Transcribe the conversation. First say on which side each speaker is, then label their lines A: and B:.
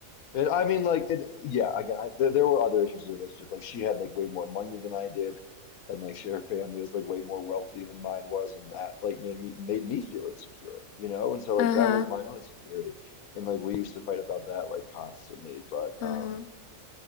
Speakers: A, on the left; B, on the left.
A: And I mean, like, it, yeah, again, I, there, there were other issues in the relationship. Like, she had like way more money than I did, and like, she, her family was like way more wealthy than mine was, and that like made me made me feel insecure, you know? And so like
B: Uh huh.
A: that was my own insecurity, and like we used to fight about that like constantly. But
B: Uh
A: um,
B: huh.